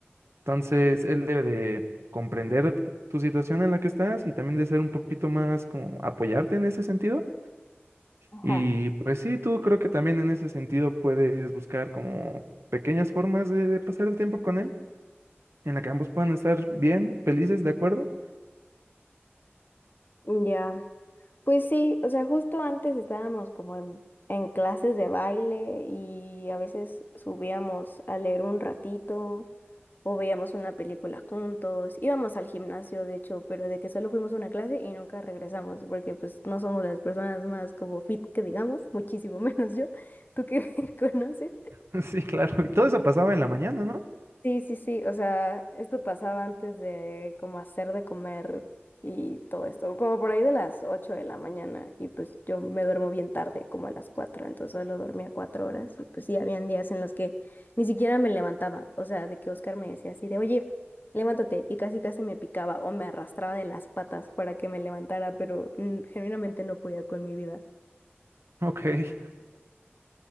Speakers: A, on the right; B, on the left.
A: Entonces, él debe de comprender tu situación en la que estás y también de ser un poquito más como apoyarte en ese sentido
B: Ajá,
A: Y pues sí, tú creo que también en ese sentido puedes buscar como pequeñas formas de, de pasar el tiempo con él, en la que ambos puedan estar bien, felices, ¿de acuerdo?
B: ya. Pues sí, o sea, justo antes estábamos como en, en clases de baile y a veces subíamos a leer un ratito o veíamos una película juntos, íbamos al gimnasio, de hecho, pero de que solo fuimos a una clase y nunca regresamos, porque pues no somos las personas más como fit que digamos, muchísimo <laughs> menos yo, tú que me <laughs> conoces.
A: <laughs> Sí, claro. Y todo eso pasaba en la mañana, ¿no?
B: Sí, sí, sí, o sea, esto pasaba antes de como hacer de comer y todo esto, como por ahí de las 8 de la mañana y pues yo me duermo bien tarde, como a las 4, entonces solo dormía 4 horas y pues sí, habían días en los que ni siquiera me levantaba, o sea, de que Oscar me decía así de, oye, levántate y casi casi me picaba o me arrastraba de las patas para que me levantara, pero mm, genuinamente no podía con mi vida.
A: Ok.